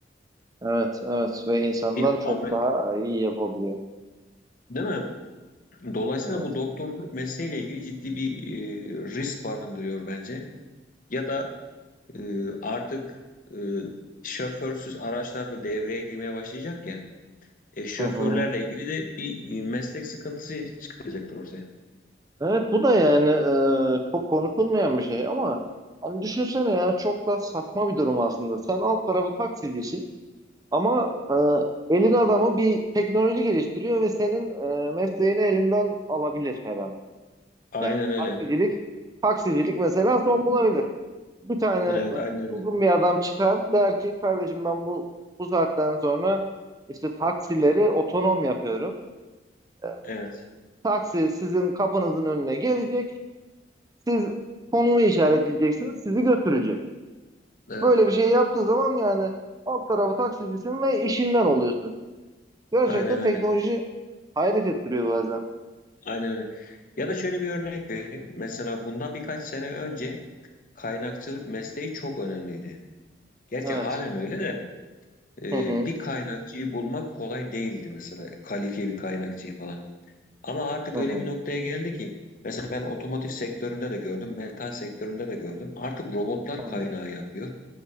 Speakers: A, on the right; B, on the left.
A: Evet, evet ve insandan
B: Bir
A: çok
B: amel
A: daha iyi yapabiliyor.
B: değil mi? Dolayısıyla
A: Evet.
B: bu doktorluk mesleğiyle ilgili ciddi bir e, risk barındırıyor bence. Ya da Ee, artık e, şoförsüz araçlar da devreye girmeye başlayacak ya. E, şoförlerle
A: Hı hı.
B: ilgili de bir meslek sıkıntısı çıkacaktır ortaya.
A: Evet bu da yani e, çok konuşulmayan bir şey ama hani düşünsene ya çok da saçma bir durum aslında. Sen alt tarafı taksicisin ama e, elin adamı bir teknoloji geliştiriyor ve senin e, mesleğini elinden alabilir her an.
B: Aynen
A: Yani
B: öyle.
A: taksicilik, taksicilik mesela son bulabilir. bir tane
B: Evet,
A: e,
B: aynen öyle.
A: uygun bir adam çıkar der ki kardeşim ben bu bu saatten sonra işte taksileri otonom yapıyorum. E,
B: Evet,
A: taksi sizin kapınızın önüne gelecek. Siz konumu işaretleyeceksiniz. Sizi götürecek.
B: evet.
A: Böyle bir şey yaptığı zaman yani alt tarafı taksicisin ve işinden oluyorsun. Gerçekten
B: Aynen öyle.
A: teknoloji hayret ettiriyor bazen.
B: Aynen öyle. Ya da şöyle bir örnek vereyim. Mesela bundan birkaç sene önce kaynakçılık mesleği çok önemliydi. Gerçi
A: Evet.
B: halen öyle de e,
A: Hı hı.
B: bir kaynakçıyı bulmak kolay değildi mesela. Kalifiye bir kaynakçıyı falan. Ama artık
A: Hı
B: öyle
A: hı.
B: bir noktaya geldi ki mesela ben otomotiv sektöründe de gördüm, metal sektöründe de gördüm. Artık robotlar
A: Hı
B: kaynağı
A: hı.
B: yapıyor.